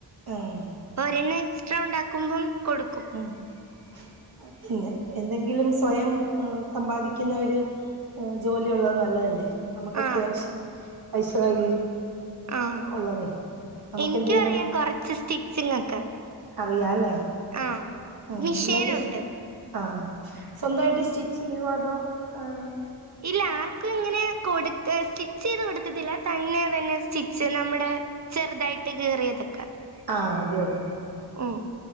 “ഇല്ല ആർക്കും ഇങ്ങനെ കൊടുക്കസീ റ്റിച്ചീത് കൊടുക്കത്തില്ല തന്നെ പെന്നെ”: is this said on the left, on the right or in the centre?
Right